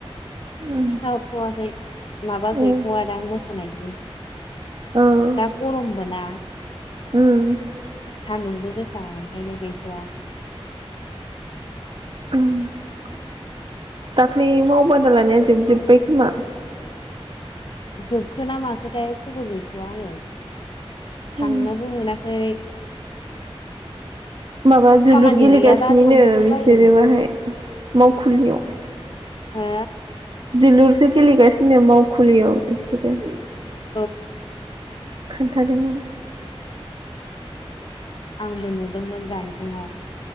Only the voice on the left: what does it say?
खिथाहरथ'वाखै माबा गैथ'वा
दां मोसानाय बि
दा गरम बोना
सान्दुंबो गोसा ओंखायनो गैथ'वा
जोबखोन ना माखोथाय खबर गैथ'आ आङो। थांनोबो
मोनाखै
खामानि
गैयाबा थांनोबो
बायो
हो?
अ
आंबो नुदोंमोन जानबुङाव